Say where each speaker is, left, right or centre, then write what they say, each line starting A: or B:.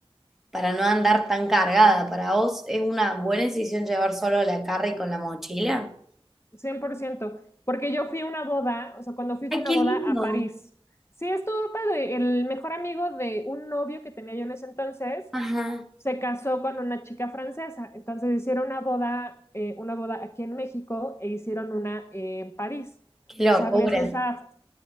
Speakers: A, in the centre; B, on the left (about 25°).
A: para no andar tan cargada, para vos es una buena decisión llevar solo la carry con la mochila.
B: cien por ciento porque yo fui a una boda, o sea, cuando fui
A: Ay,
B: fue una
A: qué
B: boda
A: lindo.
B: a París. Sí, estuvo padre. El mejor amigo de un novio que tenía yo en ese entonces
A: Ajá.
B: se casó con una chica francesa. Entonces hicieron una boda, eh, una boda aquí en México e hicieron una eh, en París,
A: Qué
B: en
A: locura.
B: Sablé-Sous-Sarthe.